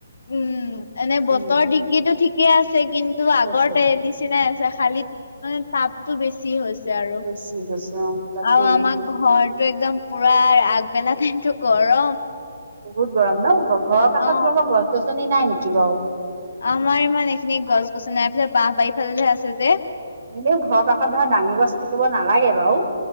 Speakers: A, on the left; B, on the right.
A: উম, এনে বতৰ
B: উম,
A: ডিগ্ৰীটো ঠিক কে আছে, কিন্তু
B: ঠিক
A: আগৰ
B: আছে
A: তে নিচিনাই আছে, খালী মানে তাপতো বেছি হৈছ ছে আৰু,
B: বেছি হৈছে অ, তাকেই।
A: আৰু আমাক ঘৰটো একদম পুৰা আগবেলা টাইমটো গৰম!
B: বহুত গৰম ন, ঘৰৰ কাষত
A: অ
B: তোমালোকৰ গছ গছনি নাই নেকি বাৰু?
A: আমাৰ ইমান এইখিনিত গছ গছনি নাই, এইফালে বাঁহ বাৰীফালেহে আছে যে
B: এনেও ঘৰৰ কাষত ধৰা ডাঙৰ গছ থাকিব নালাগে বাৰু